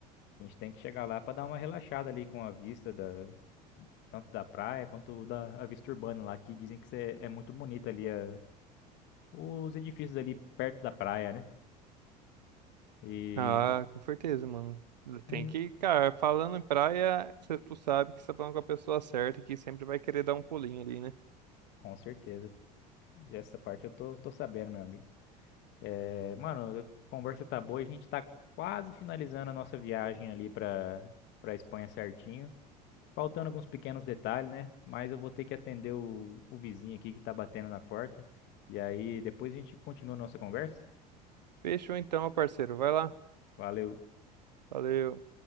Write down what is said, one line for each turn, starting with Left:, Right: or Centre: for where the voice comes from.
Left: a gente tem que chegar lá para dar uma relaxada ali com a vista da, tanto da praia quanto da a vista urbana lá, que dizem que cê- é muito bonita ali a, os edifícios ali perto da praia, né? E,
Right: Ah, com certeza, mano. Tem
Left: e
Right: que, cara, falando em praia, cê- tu sabe que você tá falando com a pessoa certa e que sempre vai querer dar um pulinho ali, né?
Left: com certeza. E essa parte eu tô, tô sabendo, meu amigo. É, mano, a conversa tá boa, e a gente tá quase finalizando a nossa viagem ali pra, pra Espanha certinho. Faltando alguns pequenos detalhes, né? Mas eu vou ter que atender o, o vizinho aqui que tá batendo na porta. E aí depois a gente continua a nossa conversa.
Right: Fechou então, meu parceiro. Vai lá.
Left: Valeu.
Right: Valeu.